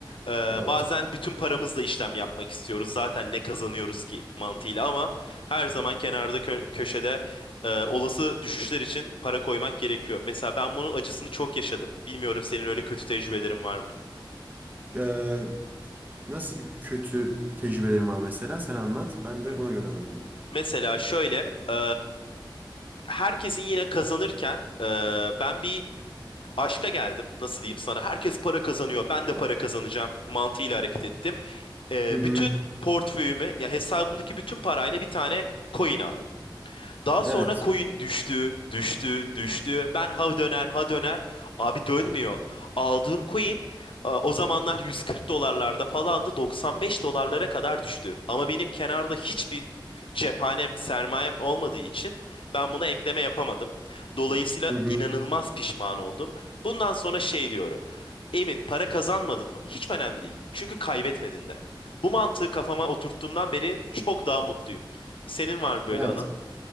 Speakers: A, on the left (about 85°); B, on the right (about 20°).
A: e,
B: Evet.
A: bazen bütün paramızla işlem yapmak istiyoruz. Zaten ne kazanıyoruz ki mantığıyla ama her zaman kenarda kö- köşede e, olası düşüşler için para koymak gerekiyor. Mesela ben bunun acısını çok yaşadım. Bilmiyorum senin öyle kötü tecrübelerin var mı?
B: Ee, nasıl bir kötü tecrübelerin var mesela? Sen anlat. Ben
A: Me-
B: de ona göre anlatayım.
A: Mesela şöyle, e, herkesin yine kazanırken e, ben bir aşka geldim. Nasıl diyeyim sana? Herkes para kazanıyor. Ben de para kazanacağım mantığıyla hareket ettim. E,
B: Hı hı.
A: bütün portföyümü ya hesabımdaki bütün parayla bir tane coin aldım. Daha sonra
B: Evet.
A: coin düştü, düştü, düştü. Ben ha döner, ha döner. Abi dönmüyor. Aldığım coin e, o zamanlar 140 dolarlarda falandı. 95 dolarlara kadar düştü. Ama benim kenarda hiçbir cephanem, sermayem olmadığı için ben buna ekleme yapamadım. Dolayısıyla
B: Hı hı.
A: inanılmaz pişman oldum. Bundan sonra şey diyorum. Emin para kazanmadın mı? Hiç önemli değil. Çünkü kaybetmedin de. Bu mantığı kafama oturttuğumdan beri çok daha mutluyum. Senin var mı böyle
B: Evet.
A: anın?